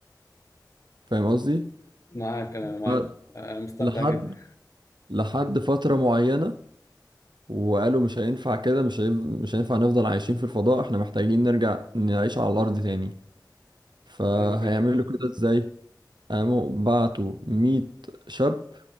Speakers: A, on the right (about 80°); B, on the left (about 45°).
A: فاهم قصدي؟
B: معاك انا
A: ف-
B: معاك انا مستمتع
A: لحد
B: جدا
A: لحد فترة معينة وقالوا مش هينفع كده مش هيف... مش هينفع نفضل عايشين في الفضاء احنا محتاجين نرجع نعيش على الأرض تاني فهيعملوا
B: حلو جدا
A: كده ازاي قاموا بعتوا مية شاب